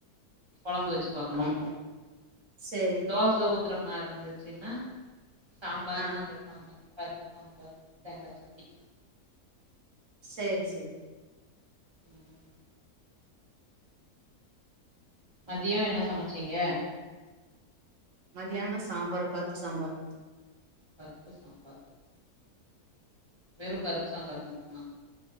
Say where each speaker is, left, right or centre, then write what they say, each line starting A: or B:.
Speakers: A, on the right (about 20°); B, on the right (about 55°).
A: கொழம்பு வச்சு பாக்கணும்
B: செரி
A: தோச ஊத்துற மாரிந்துச்சுன்னா சாம்பார்
B: ஆ
A: தா கேப் ப்பாங்க பருப்பு சாம்பார் தேங்கா சட்னி
B: சேரி செரி
A: ம், மதியோ என்ன சமச்சீங்க
B: மதியானோ சாம்பார் பருப்பு சாம்பார்
A: பர்ப்பு சாம்பார் வெறு பருப்பு சாம்பார் மட்டுமா